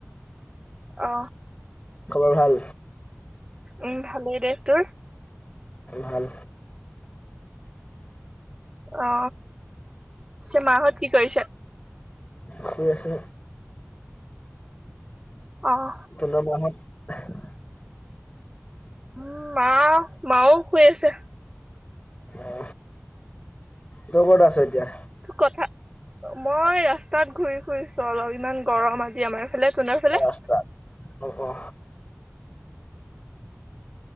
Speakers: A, on the right; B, on the left.
A: অ
B: খবৰ ভাল
A: উম ভালেই দেই। তোৰ?
B: ভাল।
A: অ পিছে মাহত কি কৰিছে?
B: শুই আছোঁ।
A: অঁ।
B: তোমাৰ মাঁ হত।
A: উম মাঁ মাও শুই আছে।
B: অ তই ক'ত আছ এতিয়া?
A: কথা মই ৰা ৰাস্তাত ঘূৰি ফুৰিছো অলপ ইমান গৰম আজি আমাৰ ফালে। তঁহতৰ ফালে?
B: <inaudible> অ অ।